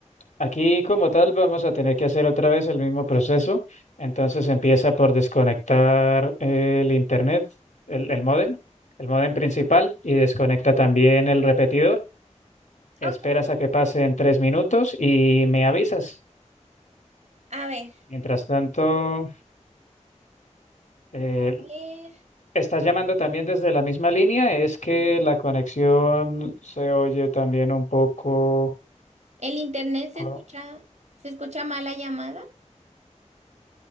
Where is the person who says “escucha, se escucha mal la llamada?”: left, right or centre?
Right